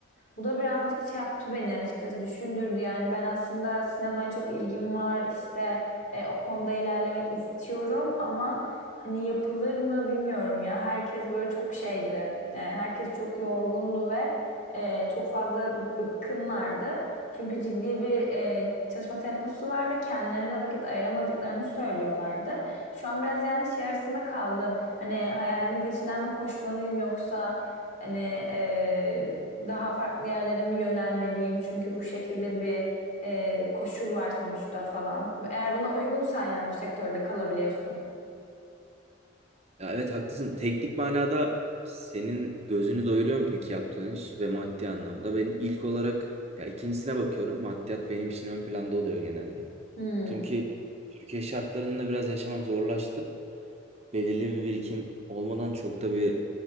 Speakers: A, on the left; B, on the right.
A: Bu da birazcık şey yaptı beni açıkçası düşündürdü yani ben aslında sinemaya çok ilgim var işte e, o konuda ilerlemek istiyorum ama hani yapılır mı bilmiyorum ya herkes böyle çok şeydi E, herkes çok yorgundu ve e, çok fazla bıkkınlardı çünkü ciddi bir e, çalışma temposu var ve kendilerine vakit ayıramadıklarını söylüyorlardı. Şu an biraz yani şey arasında kaldım hani hayalimin peşinden mi koşmalıyım yoksa Hani e, daha farklı yerlere mi yönelmeliyim? Çünkü bu şekilde bir e, koşul var sonuçta falan. Eğer buna uygunsan yani bu sektörde kalabiliyorsun.
B: Ya evet haklısın. Teknik manada senin gözünü doyuruyor mu peki yaptığın iş ve maddi anlamda? Ben ilk olarak ya ikincisine bakıyorum. Maddiyat benim için ön planda oluyor genelde.
A: Hmm.
B: Çünkü Türkiye şartlarında biraz yaşamak zorlaştı belirli bir birikim olmadan çok da bir